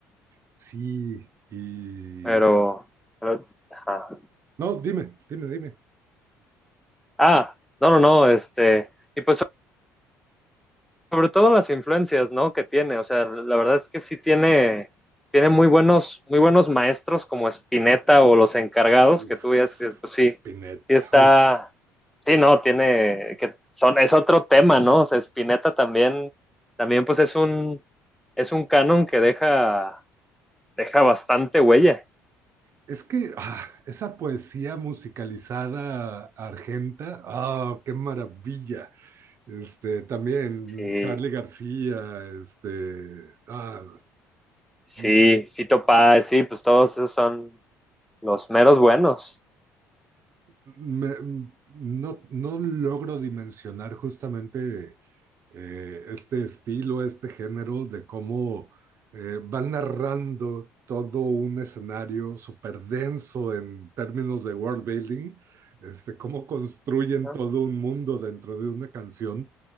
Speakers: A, on the right; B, in the centre.
A: Sí, y...
B: Pero, pero- ajá.
A: No, dime, dime, dime.
B: Ah, no, no, no, este, y pues sobre todo las influencias, ¿no? que tiene, o sea, la verdad es que sí tiene, tiene muy buenos, muy buenos maestros como Spinetta o los encargados,
A: Uf,
B: que tú ya dices, pues sí,
A: Spinetta,
B: sí está,
A: uf.
B: sí, no, tiene, que son, es otro tema, ¿no? O sea, Spinetta también, también pues es un, es un canon que deja, deja bastante huella,
A: Es que ah, esa poesía musicalizada argenta, ah, qué maravilla. Este, también
B: sí.
A: Charlie García, este, ah,
B: Sí,
A: mm,
B: Fito Páez, sí, pues todos esos son, Los meros buenos.
A: Me- mm, no, no logro dimensionar justamente eh, este estilo, este género de cómo eh, van narrando todo un escenario súper denso en términos de world building, este, cómo construyen
B: ¿no?
A: todo un mundo dentro de una canción